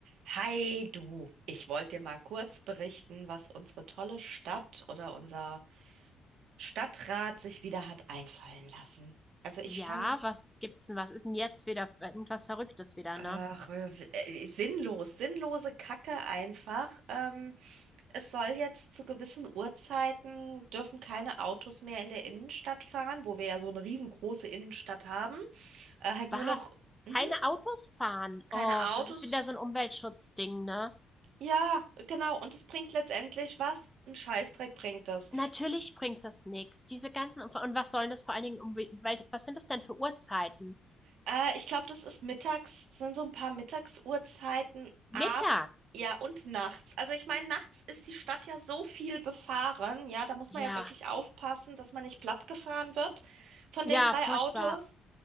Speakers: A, on the right; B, in the centre.
A: Hi du, ich wollte dir mal kurz berichten, was unsere tolle Stadt oder unser Stadtrat sich wieder hat einfallen lassen. Also ich
B: Ja,
A: fange,
B: was gibt's denn? was ist denn jetzt wieder irgendwas Verrücktes wieder,
A: ach,
B: ne?
A: w- äh, sinnlos, sinnlose Kacke einfach. Ähm, es soll jetzt zu gewissen Uhrzeiten dürfen keine Autos mehr in der Innenstadt fahren, wo wir ja so eine riesengroße Innenstadt haben. Äh, halt
B: Was?
A: nur noch,
B: Keine
A: mhm,
B: Autos fahren?
A: keine
B: Oh,
A: Autos.
B: das ist wieder so ein Umweltschutzding, ne?
A: Ja, genau. Und es bringt letztendlich was? Ein Scheißdreck bringt das.
B: Natürlich bringt das nichts. Diese ganzen und was sollen das vor allen Dingen um was sind das denn für Uhrzeiten?
A: Äh, ich glaube, das ist mittags, sind so ein paar Mittagsuhrzeiten
B: Mittags.
A: ab, ja, und nachts. Also ich meine, nachts ist die Stadt ja so viel befahren, ja, da muss
B: Ja,
A: man ja wirklich aufpassen, dass man nicht plattgefahren wird von
B: ja,
A: den drei
B: furchtbar.
A: Autos.